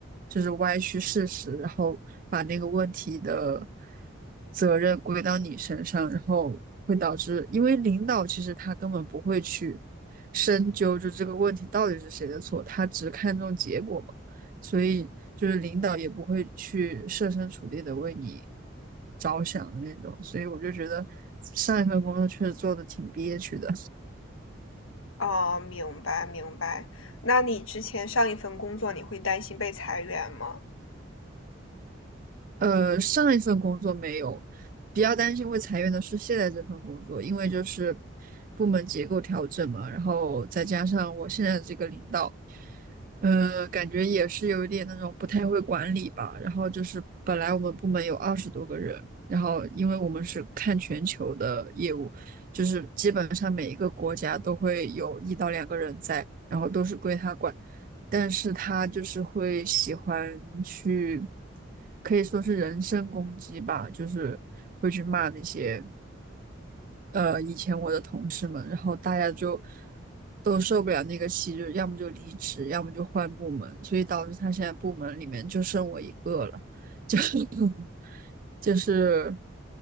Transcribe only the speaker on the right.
就是歪曲事实，然后把那个问题的责任归到你身上，然后会导致，因为领导其实他根本不会去深究就这个问题到底是谁的错，他只看重结果嘛，所以就是领导也不会去设身处地的为你着想的那种，所以我就觉得上一份工作确实做的挺憋屈的。
呃，上一份工作没有，比较担心会裁员的是现在这份工作，因为就是部门结构调整嘛，然后再加上我现在的这个领导。呃，感觉也是有一点那种不太会管理吧。然后就是本来我们部门有二十多个人，然后因为我们是看全球的业务，就是基本上每一个国家都会有一到两个人在，然后都是归他管。但是他就是会喜欢去，可以说是人身攻击吧，就是会去骂那些。呃以前我的同事们，然后大家就都受不了那个气，就要么就离职，要么就换部门，所以导致他现在部门里面就剩我一个了，就 <laughs> 就是，